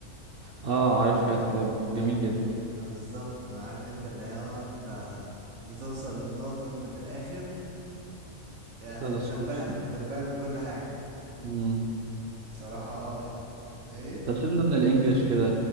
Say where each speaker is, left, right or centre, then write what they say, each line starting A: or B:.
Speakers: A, on the right; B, on the right.
A: اه عارف فايت كلاب جميل جدا
B: اه بالظبط انا عارف انت اللي هو انت بتوصل للنقطة انت في الاخر يعني
A: ده لا
B: بتنبهر
A: صور جامد
B: بتنبهر بكل حاجة
A: امم
B: صراحة اه ايه
A: طب سيبنا من الانجليش كده